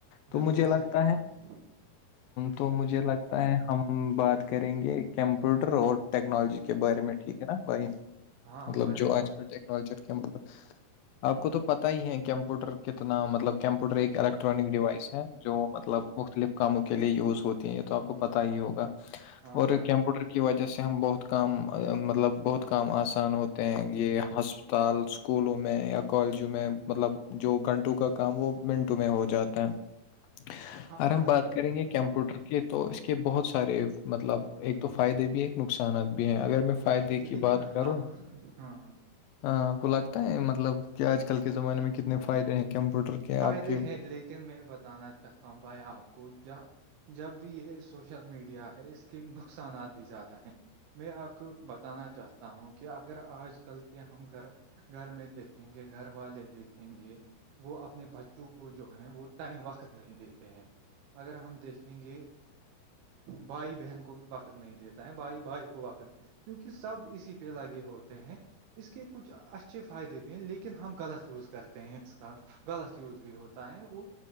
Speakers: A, on the left; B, on the right.
A: تو
B: بالکل
A: مجھے لگتا
B: صحیح کہا
A: ہے
B: آپ نے
A: تو مجھے لگتا ہے ہم بات کریں گے کمپیوٹر اور ٹیکنالوجی کے بارے میں ٹھیک ہے نا بھائی
B: ہاں
A: مطلب
B: بھائی
A: جو
B: ہاں
A: آج کل ٹیکنالوجی کمپوٹر آپ کو تو پتا ہی ہے کمپیوٹر کتنا مطلب کمپیوٹر ایک الیکٹرانک ڈیوائس ہے جو مطلب مختلف کاموں کے لیے یوز ہوتی ہیں یہ تو آپ کو پتا ہی ہوگا
B: ہاں
A: اور
B: بھائی
A: کمپیوٹر کی وجہ سے ہم بہت کام مطلب بہت کام اسا اسان ہوتے ہیں یہ ہسپتال اسکولوں میں یا کالجوں میں مطلب جو گھنٹوں کا کام وہ منٹوں میں ہو جاتا ہے ا
B: ہاں
A: گر ہم
B: بھائی
A: بات
B: بالکل
A: کریں گے کمپیوٹر کے تو اس کے بہت سارے مطلب ایک تو فائدے بھی ہیں ایک نقصانات بھی ہیں اگر میں فائدے کی
B: لیکن
A: بات کروں
B: ہاں ہاں
A: ہاں آپ کو لگتا ہے مطلب کہ آج کل کے زمانے میں کتنے فائدے ہیں کمپیوٹر کے
B: فائدے
A: آپ کے
B: ہیں لیکن میں بتانا چاہتا ہوں بھائی آپ کو ج جب بھی یہ سوشل میڈیا ہے اس کے نقصانات بھی زیادہ ہیں میں آپ کو بتانا چاہتا ہوں کہ اگر آج کل کے ہم گھر گھر میں دیکھیں گے گھر والے دیکھیں گے وہ اپ اپنے بچوں کو جو ہے وہ ٹائم وقت نہیں دیتے ہیں اگر ہم دیکھیں گے بھائی بہن کو وقت نہیں دیتا ہے بھائی بھائی کو وقت کیونکہ سب اسی پہ لگے ہوتے ہیں اس کے کچھ اچھے فائدے بھی ہیں لیکن ہم غلط یوز کرتے ہیں اس کا غلط یوز بھی ہوتا ہے وہ